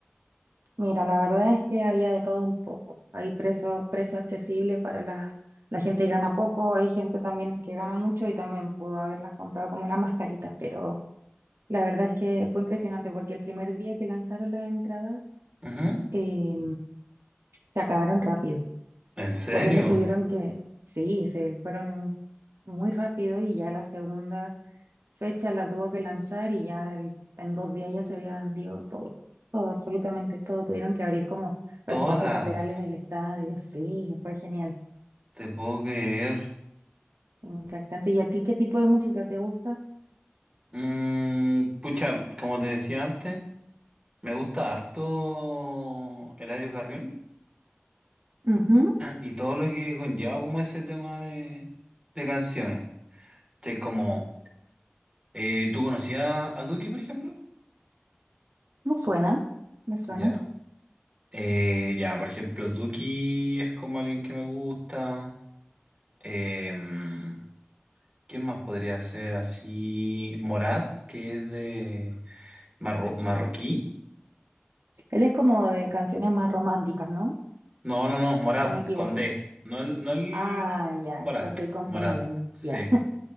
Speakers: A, on the right (about 75°); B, on the right (about 25°).
A: Mira, la verdad es que había de todo un poco. Hay precio, precio accesible para la, la gente que gana poco, hay gente también que gana mucho y también pudo haberlas comprado como las mascaritas, pero la verdad es que fue impresionante porque el primer día que lanzaron las entradas
B: Ujú.
A: eh, se acabaron rápido.
B: ¿En serio?
A: Por ende tuvieron que, sí, se fueron muy rápido y ya la segunda fecha la tuvo que lanzar y ya el- en dos días ya se había vendido todo, todo, absolutamente todo. Tuvieron que abrir como los
B: Todas.
A: espacios laterales del estadio. Sí, fue genial,
B: Te puedo creer.
A: impactante. ¿Y a ti qué tipo de música te gusta?
B: Mm, pucha, como te decía antes, me gusta harto Eladio Carrión
A: Ujú,
B: y todo lo que conlleva como ese tema de de canciones. Sí, como, eh, ¿tú conocías a Duki, por ejemplo?
A: Me suena, me suena.
B: Ya. Eh, ya, por ejemplo, Duki es como alguien que me gusta. Em, ¿quién más podría ser así? Morad, que es de marro- marroquí.
A: Él es como de canciones más románticas, ¿no?
B: No, no, no, Morad,
A: ¿O me equivoco?
B: con D. No el, no el
A: Ah, ya,
B: Morad,
A: lo estoy confundiendo.
B: Morad, sí.
A: Ya.